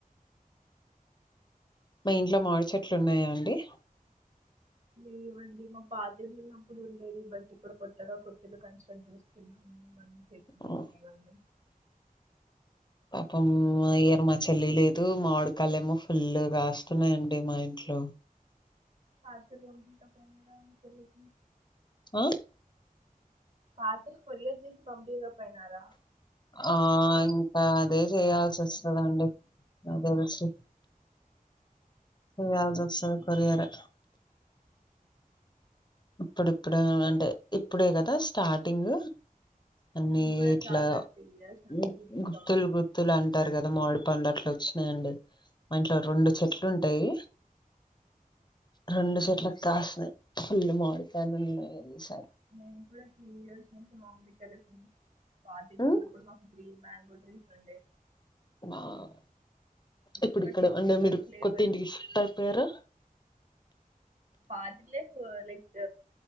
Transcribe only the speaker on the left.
మీ ఇంట్లో మావిడి చెట్లున్నయా అండి.
హ్మ్.
పాపం మా ఇయర్ మా చెల్లి లేదు మావిడి పల్లెమో ఏమో ఫుల్లుగా కాస్తున్నాయండి మా ఇంట్లో.
ఆ
ఆ ఇంకా అదే చేయాల్సి వస్తదండి నా తెలిసి చేయాల్సొస్తది కొరియరే ఇప్పుడిప్పుడు అంటే ఇప్పుడే కదా స్టార్టింగ్ అన్ని
ఇట్లా
గు
గుత్తులు
గుత్తులు అంటారు
కదా మామిడి పండ్లు అట్ల వచ్చినయండి. మా ఇంట్లో రెండు చెట్లు
ఉంటాయి రెండుచెట్ల కాస్నై ఫుల్ మామిడి కైల్ ఉన్నాయి. ఈసారి
ఉమ్,
వావ్
ఇప్పుడుక్కడ
అంటే మీరు
కొత్త ఇంటికి షిఫ్ట్ అయిపోయరా